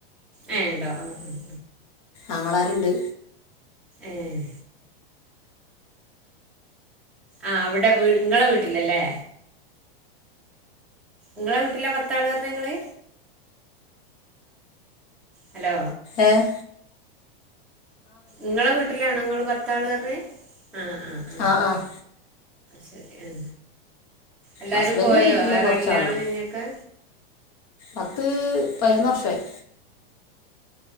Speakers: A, in the centre; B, on the left.
A: ഏഹ് ഇണ്ടോ ആഹ് ആഹ്
B: ആങ്ങളാര്ണ്ട്
A: ഏഹ് ആഹ് അവടെ വീട് ഇങ്ങളെവീട്ടിലല്ലേ ങ്ങളെ വീട്ടില പത്താള് പറഞ്ഞങ്ങള് ഹലോ
B: ഏഹ്
A: ങ്ങളെ വീട്ടിലാണോങ്ങള് പത്താള് പറഞ്ഞേ ആഹ് ആഹ് ആഹ്
B: ആഹ് ആഹ്
A: ശെരിയാ എല്ലാരും
B: ഹസ്ബൻഡ്
A: പോയോ
B: വീട്ടിൽ
A: വേറെ
B: കുറച്ചാളുള്ളൂ
A: കല്യാണം കയിഞ്ഞൊക്കെ
B: പത്ത് പതിനൊന്നുവർഷായി